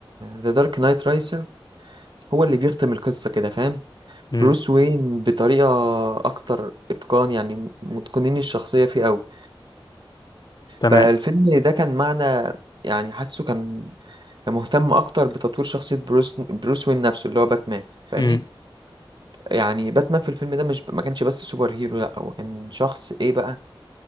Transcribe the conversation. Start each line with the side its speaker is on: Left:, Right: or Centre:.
Right: ذا دارك نايت رايسر هو اللي بيختم القصة كده فاهم
Left: امم
Right: بروس وين بطريقة اكتر اتقان يعني متقنين الشخصية فيه قوي
Left: تمام
Right: فالفيلم ده كان معنى يعني حاسه كان كان مهتم اكتر بتطوير شخصية بروس بروس وين نفسه اللي هو باتمان فاهمني
Left: امم
Right: يعني باتمان في الفيلم ده مش ما كانش بس سوبر هيرو لا هو كان شخص ايه بقى